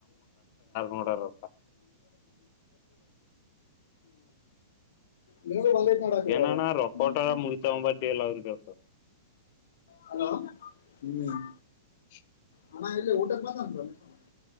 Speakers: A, on the left; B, on the left.
A: ನೋಡಾರ
B: ಹ್ಮ ನಿನಗೂ ಬಂದೈತ್ ನೋಡಕ
A: ಏನಾನ
B: ಇವಾಗ.
A: ರೊಕ್ಕೋಟರ
B: ಹ್ಮ್ ಹ್ಮ್
A: ಮುಳತವ
B: ಹ್ಮ್
A: ಬಡ್ಡಿ ಇಲ್ಲ ಅವರಿಗೆ.
B: ಹಲೋ ಹ್ಮ್.
A: <inaudible>
B: ಹ ಎ ಊಟಕ ಮಾತನ್ ತ